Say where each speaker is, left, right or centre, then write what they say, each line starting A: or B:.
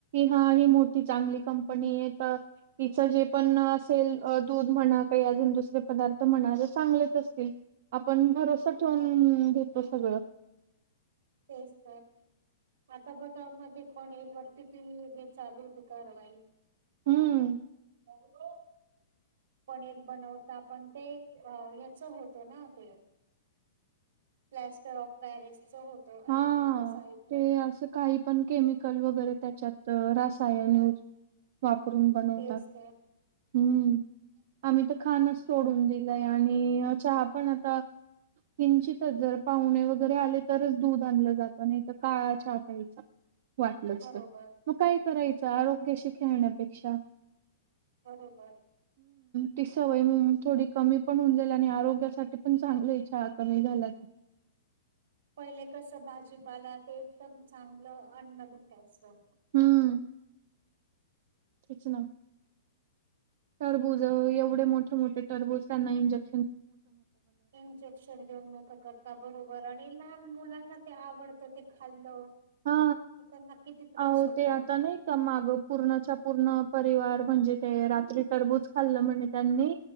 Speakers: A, on the right; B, on the right.
A: ह ही मोठी चांगली कंपनी तर जे पण असेल दूध म्हणा काही अजून दुसरे पदार्थ म्हणा चांगले च असतील पण भरोसा ठेवून
B: बरोबर
A: हम्म घेतो सगळं.
B: तेच तर आता बघा मध्ये पण येईल वरती हे चालू होत कारवाई
A: हम्म.
B: <unintelligible> पनीर बनवता पण ते अ ह्याच होतं ना ते प्लॅस्टर ऑफ पॅरिसच होत आहे
A: हा
B: ते असं ऐकलं
A: ते
B: मी
A: असं काही पण केमिकल वगैरे त्याच्यात, रासायन वापरून बनवतात.
B: तेच तर
A: हम्म. आम्ही तर खानचं सोडून दिल. चहा पण आता किंचित पाव्हने वगैरे आले तरच दूध आणलं जात नाही तर काळा च्या प्यायचा. वाटलंच
B: बरोबर
A: तर मग काय? करायचं आरोग्याशी खेळण्यापेक्षा
B: बरोबर
A: ती सवय म थोडी कमी पण होऊन जाईल आणि आरोग्यासाठी पण चांगली चहा कमी झाला तर.
B: पहिले कस भाजीपाला ते एकदम चांगलं अन्न भेटायचं.
A: हम्म. तेच ना, टरबूज एवढे मोठे मोठे टरबूज त्यांना इंजेक्ट
B: इंजेक्शन देऊन मोठ करता बरोबर. बर आणि लहान मुलांना ते आवडतं ते खाल्लं
A: हा
B: तर त्यांना किती त्रास
A: अहो
B: होतो
A: ते आता
B: ना
A: नाही का माग पूर्णच्या पूर्ण परिवार म्हणजे ते रात्री टरबूज खाल्लं म्हने त्यांनी